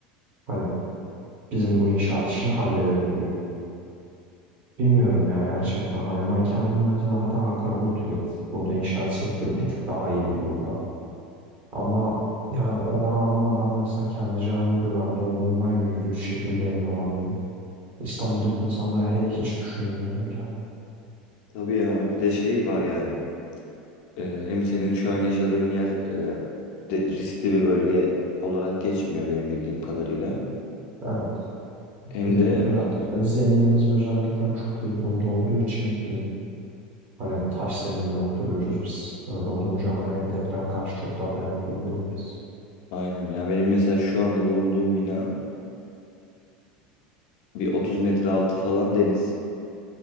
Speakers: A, on the right (about 40°); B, on the left (about 60°).
A: Hani bizim bu inşaat işini halledelim diyor. Bilmiyorum ya gerçekten. Hani ben kendim mesela hadi Ankara'da oturuyorum. Burada inşaat sektörü bir tık daha iyi bir durumda. Ama yani ona rağmen ben mesela kendi canımın güvende olduğundan yüzde yüz şekilde emin olamıyorum. İstanbul'daki insanlara hele hiç düşünemiyorum bile.
B: Tabii ya bir de şey var yani. E, hem senin şu an yaşadığın yer e, de- riskli bir bölge olarak geçmiyor benim bildiğim kadarıyla.
A: Evet,
B: Hem
A: bizim
B: de
A: özellikle
B: hani,
A: zeminimiz özellikle çok iyi durumda olduğu için bizim hani taş zeminde oturuyoruz biz. Öyle olunca hani depreme karşı çok daha dayanıklı bir durumdayız.
B: aynen ya benim mesela şu anda bulunduğum binanın bir 30 metre altı falan deniz.